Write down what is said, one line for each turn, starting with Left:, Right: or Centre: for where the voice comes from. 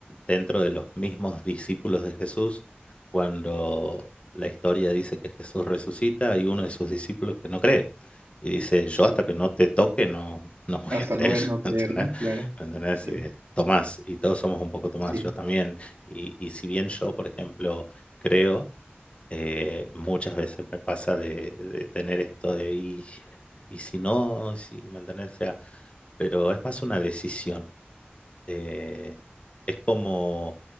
Left: dentro de los mismos discípulos de Jesús, cuando la historia dice que Jesús resucita, hay uno de sus discípulos que no cree. Y dice, yo
Right: Sí.
Left: hasta que no te toque no, no voy
Right: Hasta
Left: a creer,
Right: no ver, no
Left: <laughs> ¿me
Right: creer,
Left: ¿entendés?
Right: ¿no? Claro.
Left: entendés?
Right: Sí,
Left: Eh, Tomás, y todos somos un poco Tomás,
Right: sí.
Left: yo también. Y, y si bien yo, por ejemplo, creo, eh, muchas veces me pasa de, de tener esto de, y, y si no, si, ¿me entendés? O sea, pero es más una decisión eh, es como,